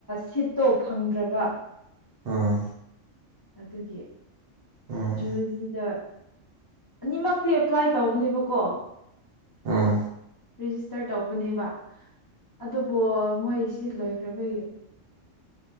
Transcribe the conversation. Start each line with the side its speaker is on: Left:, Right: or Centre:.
Left: ꯁꯤꯠꯇꯣ ꯐꯪꯗ꯭ꯔꯕ
Right: ꯑꯥ
Left: ꯑꯗꯨꯒꯤ
Right: ꯎꯝ
Left: ꯖꯨꯖꯤꯗ ꯑꯅꯤꯃꯛꯇꯤ ꯑꯦꯄ꯭ꯂꯥꯏ ꯇꯧꯕꯅꯦꯕꯀꯣ
Right: ꯎꯝ
Left: ꯔꯦꯖꯤꯁꯇꯔ ꯇꯧꯕꯅꯦꯕ ꯑꯗꯨꯕꯨ ꯃꯣꯏ ꯁꯤ ꯂꯣꯏꯈ꯭ꯔꯕꯒꯤ